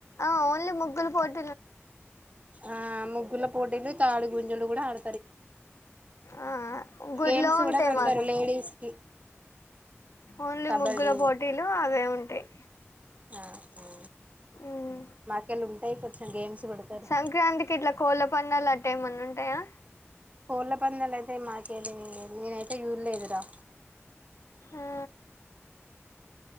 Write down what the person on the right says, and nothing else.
ఆ ముగ్గుల పోటీలు తాడు గుంజలు కూడా ఆడ
గేమ్స్
కూడా పెడతారు
లేడీస్ కి
కబడ్డీ
ఆ ఆ
మాకెళ్ళు ఉంటాయి కొంచెం గేమ్స్ పెడతారు
ఊళ్ళ పందెలు అయితే మాకేలె నేనైతే చూడలేదురా